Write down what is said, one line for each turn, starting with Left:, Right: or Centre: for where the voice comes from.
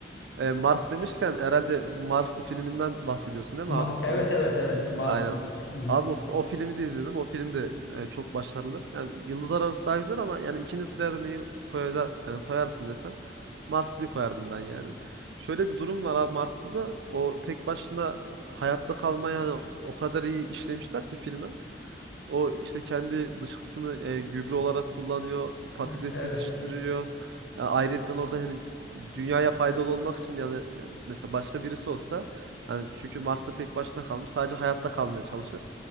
Right: e, Mars demişken herhalde bu Marslı filminden bahsediyorsun değil
Left: Ma-
Right: mi abi? Film
Left: evet evet evet Marslı.
Right: Aynen.
Left: Hı hı.
Right: Abi o, o filmi de izledim. O film de e, çok başarılı. Yani Yıldızlar Arası daha güzel ama yani ikinci sıraya da neyi koyacak yani koyarsın desen Marslı'yı koyardım ben yani. Şöyle bir durum var abi Marslı'da da o tek başına e, hayatta kalmayı hani o kadar iyi işlemişler ki filme. O işte kendi dışkısını e, gübre olarak kullanıyor. Patates
Left: Ha, evet.
Right: yetiştiriyor. Yani ayrıyetten orada hani dünyaya faydalı olmak için yani e, mesela başka birisi olsa hani çünkü Mars'ta tek başına kalmış sadece hayatta kalmaya çalışır.